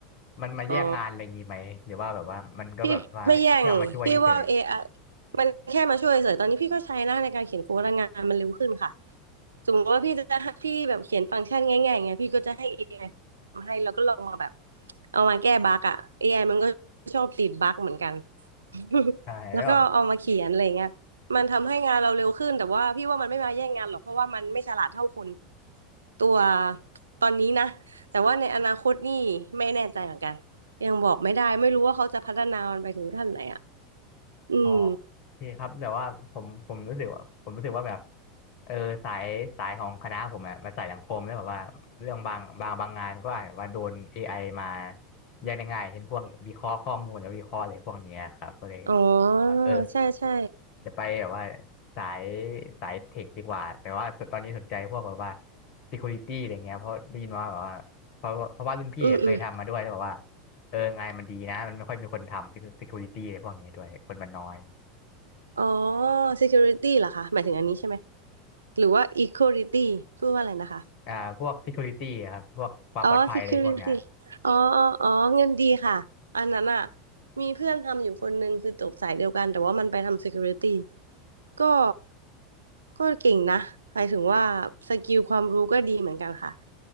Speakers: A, on the left (about 45°); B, on the right (about 80°).
A: มันมาแย่งงานอะไรงี้ไหมหรือว่าแบบว่ามันก็แบบว่าแค่เอามาช่วยเฉย
B: อ๋อ พี่ไม่แย่งพี่ว่า AI มันแค่มาช่วยเฉยตอนนี้พี่ก็ใช้หน้าในการเขียนโค้ดแลงงานมันเร็วขึ้นค่ะสมมติว่าพี่จะให้พี่แบบเขียนฟังก์ชันง่ายๆอย่างเงี้ยพี่ก็จะให้ AI ทำให้แล้วก็ลองมาแบบเอามาแก้บั๊กอ่ะ AI มันก็ชอบติดบั๊กเหมือนกัน
A: ๆใช่แล้วแบบ
B: <laughs> แล้วก็เอามาเขียนอะไรเงี้ยมันทำให้งานเราเร็วขึ้นแต่ว่าพี่ว่ามันไม่มาแย่งงานหรอกเพราะว่ามันไม่ฉลาดเท่าคน ตัวตอนนี้นะแต่ว่าในอนาคตนี่ไม่แน่ใจเหมือนกันยังบอกไม่ได้ไม่รู้ว่าเขาจะพัฒนามันไปถึงขั้นไหนอ่ะอืม
A: อ๋อโอเคครับแบบว่าผมผมรู้สึกว่าผมรู้สึกว่าแบบเออสายสายของคณะผมอะมันสายสังคมแล้วแบบว่าเรื่องบางบางบางงานก็อาจจะว่าโดน AI มาแย่งได้ง่ายเช่นพวกวิเคราะห์ข้อมูลแล้ววิเคราะห์อะไรพวกเนี้ยครับก็เลย
B: อ๋อ
A: เออ
B: ใช่ใช่
A: จะไปแบบว่าสายสายเทคดีกว่าแต่ว่าตอนนี้สนใจพวกแบบว่า security อะไรเงี้ยเพราะได้ยินว่าแบบว่าเพราะว่าเพราะว่ารุ่นพี่อะเคยทำมาด้วยแล้วแบบว่า
B: อืมอืม
A: เอองานมันดีนะมันไม่ค่อยมีคนทำ security อะไรพวกนี้ด้วยคนมันน้อย
B: อ๋อ security เหรอคะหมายถึงอันนี้ใช่ไหมหรือว่า equality พูดว่าอะไรนะคะ
A: อ่าพวก security ครับพวกความปลอดภัยอะไรพวกเนี้ย
B: อ๋อ security อ๋ออ๋ออ๋อเงินดีค่ะอันนั้นอ่ะมีเพื่อนทำอยู่คนนึงคือจบสายเดียวกันแต่ว่ามันไปทำ security ก็ก็เก่งนะหมายถึงว่าสกิลความรู้ก็ดีเหมือนกันค่ะ